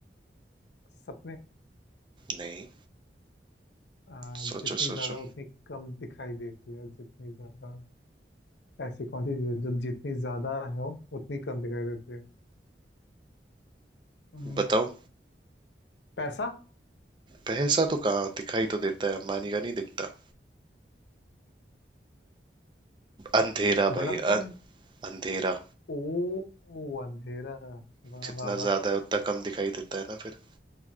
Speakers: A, on the left; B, on the right.
A: सपने
B: नहीं
A: आ,
B: सोचो
A: जितनी
B: सोचो
A: ज्यादा उतनी कम दिखाई देती है जितनी ज्यादा ऐसी कौन सी चीज है जो जितनी ज्यादा हो उतनी कम दिखाई देती है हम्म,
B: बताओ
A: पैसा
B: पैसा तो कहाँ दिखाई तो देता है अंबानी का नहीं दिखता अंधेरा भाई
A: बड़प्पन
B: अं, अंधेरा
A: ओ अंधेरा वाह
B: जितना
A: वाह वाह
B: ज्यादा है उतना कम दिखाई देता है ना फिर